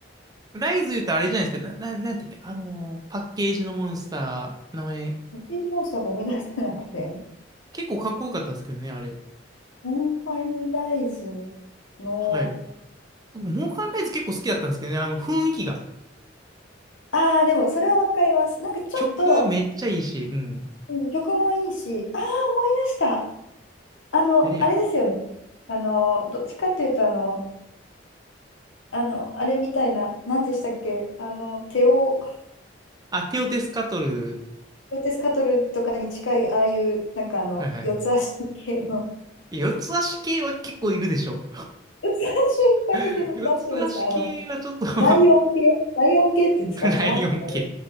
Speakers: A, on the right; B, on the left.
A: ライズ言うとあれじゃないですか。な、な、なんていうっけ、あのーパッケージのモンスター、名前、
B: ポケットモンスターが思い出せなくて、
A: 結構かっこよかったんですけどね、あれ。
B: モンハンライズの、
A: はい。僕、モーカンライズ結構好きだったんですけどね、あの雰囲気が。
B: ああ、でもそれはわかります。なんかちょっと、
A: 曲めっちゃいいし、うん。
B: うん曲もいいし、ああ、思い出した。あの、
A: 誰やん
B: あれですよね。あの、どっちかっていうと、あの、あの、あれみたいな、何でしたっけ、あの、手を、
A: あ、テオテスカトル。
B: テオテスカトルとかに近い、ああいう、なんかあの、
A: はいはい。
B: 四つ足系の
A: 四つ足系は結構いるでしょ。
B: <laughs> 私いっぱいいるけど、
A: <laughs> 四つ足系はちょっと
B: なんていうんですか、あの、
A: <laughs>
B: ライオン系、ライオン系っていうんですか、虎とか。
A: ライオン系。